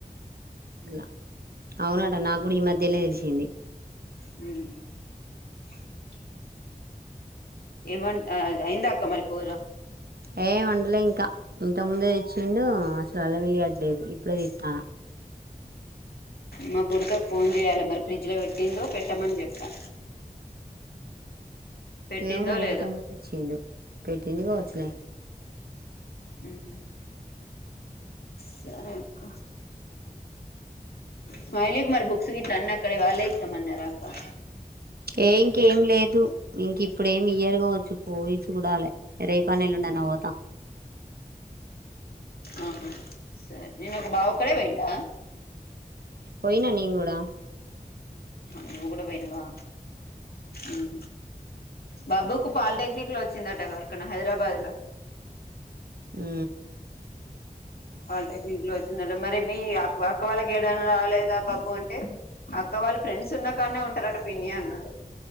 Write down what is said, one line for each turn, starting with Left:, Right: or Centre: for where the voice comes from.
Right: ట్ల అవునట నా గుడి ఈ మధ్యనే తెలిసి ంది
Left: మ్ ఏమన్ అ ఐందా అక్క మరికురా
Right: ఏ వండలే ఇంకా ఇంత ముందే తెచ్చిండు అసలు అల్ల వెలిగట్లేదు ఇప్పుడే తిస్తాన
Left: మా బుడుతకు ఫోన్ చేయాలే మరి ఫ్రిడ్జ్ లో పెట్టిందో పెట్టామని చెప్పా పెట్టిందో
Right: ఏవో మరి
Left: లేదో
Right: ఇంతకు ముం తెచ్చేండు పెట్టింది కోవచ్చులే
Left: మ్ సరే అక్క స్ైలీకి మారి బుక్స్ గిట్లా అన్ని అక్కడ వాళ్ళే ఇస్తామన్నరా అక్క
Right: ఏ ఇంకేం లేదు ఇంక ఇప్పుడు ఏమి ఇయరు కావచ్చు పోయి చూడాలే రేపన్న ఎల్లుండన్న పోతా
Left: ఆహా సరే నేన్ ఒక బావ ఒక్కడే పోయిడా
Right: పోయినా నిను కూడా
Left: అ నువ్ కూడ పోైనావా మ్ బాబ్బుకు పాలిటెక్నిక్ లో వచ్చిందటగా ఎక్కడనో హైదరాబాద్ లో
Right: మ్
Left: పాలిటెక్నిక్ లో వచ్చిందట మరి మీ అ అక్క వాళ్ళకి ఏడైనా రాలేదా బాబ్బు అంటే అక్క వాళ్ళు ఫ్రెండ్స్ ఉన్నా కాన్నే ఉంటారట పిన్ని అన్నాడు